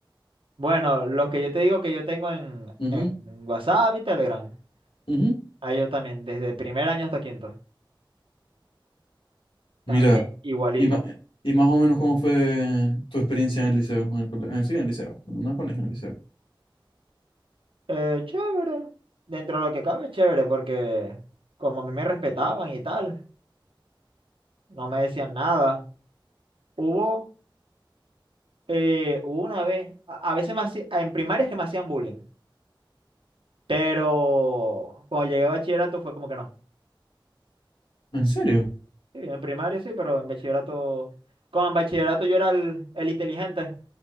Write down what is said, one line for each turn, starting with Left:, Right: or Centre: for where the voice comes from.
Right: Bueno, los que yo te digo que yo tengo en,
Left: Ujú,
Right: en WhatsApp y Telegram,
Left: ujú.
Right: a ellos también, desde primer año hasta quinto, también
Left: Mira,
Right: igualito.
Left: y, ma- y más o menos cómo fue tu experiencia en el liceo, en el colegio, sí, en el liceo, no en un colegio, en el liceo.
Right: Eh, chévere, dentro de lo que cabe, chévere, porque como a mí me respetaban y tal, no me decían nada. Hubo eh, hubo una vez, a, a veces me hacía- en primarias que me hacían bullying, pero cuando llegué a bachillerato fue como que no.
Left: ¿En serio?
Right: Sí, en primaria sí, pero en bachillerato, como en bachillerato yo era el, el inteligente.